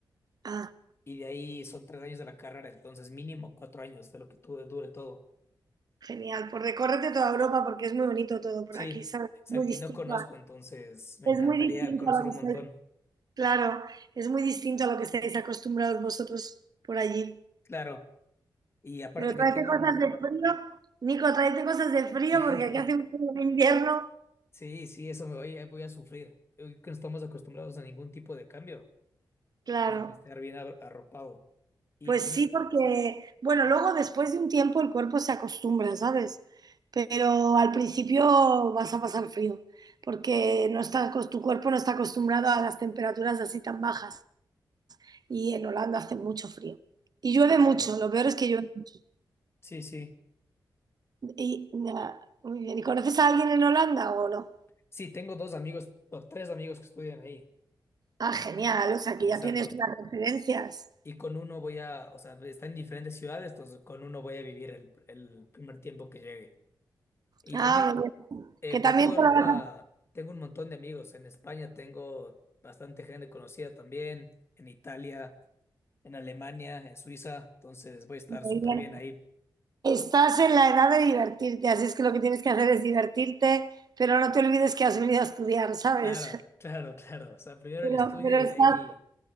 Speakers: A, on the right; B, on the left.
A: Ah,
B: y de ahí son tres años de la carrera, entonces mínimo cuatro años de lo que tu- dure todo.
A: genial. Pues recórrete toda Europa porque es muy bonito todo por
B: Sí,
A: aquí, ¿sabes?
B: exacto,
A: Muy distinto
B: y no conozco,
A: a-
B: entonces me
A: es
B: encantaría
A: muy distinto
B: conocer
A: a lo que
B: un
A: estáis,
B: montón,
A: claro, es muy distinto a lo que estáis acostumbrados vosotros por allí.
B: claro. Y aparte
A: Pero
B: que
A: tráete
B: tengo un...
A: cosas de frío, Nico, tráete cosas de frío
B: <laughs>
A: porque aquí hace un frío de invierno.
B: Sí, sí, eso me voy, voy a sufrir. Hoy que no estamos acostumbrados a ningún tipo de cambio,
A: Claro.
B: tengo que estar bien ar- arropado. Y
A: Pues
B: también,
A: sí, porque, bueno, luego después de un tiempo el cuerpo se acostumbra, ¿sabes? Pero al principio vas a pasar frío, porque no está, acos- tu cuerpo no está acostumbrado a las temperaturas así tan bajas. Y en Holanda hace mucho frío. Y llueve
B: claro,
A: mucho, lo peor es que llueve mucho.
B: sí, sí.
A: Y, nada, muy bien. ¿Y conoces a alguien en Holanda o no?
B: Sí, tengo dos amigos, o tres amigos que estudian ahí.
A: Ah, genial, o sea, que ya
B: Exacto.
A: tienes unas referencias.
B: Y con uno voy a, o sea, está en diferentes ciudades, entonces con uno voy a vivir el, el primer tiempo que llegue. Y
A: Ah,
B: también
A: muy bien.
B: eh,
A: Que también
B: por toda
A: te
B: Europa
A: lo vas a...
B: tengo un montón de amigos. En España tengo bastante gente conocida también, en Italia, en Alemania, en Suiza, entonces voy a estar
A: muy
B: súper
A: bien.
B: bien ahí.
A: Estás en la edad de divertirte, así es que lo que tienes que hacer es divertirte, pero no te olvides que has venido a estudiar, ¿sabes?
B: Claro, <laughs> claro, claro. O sea, primero
A: Pero,
B: el estudio
A: pero
B: y
A: estás,
B: de ahí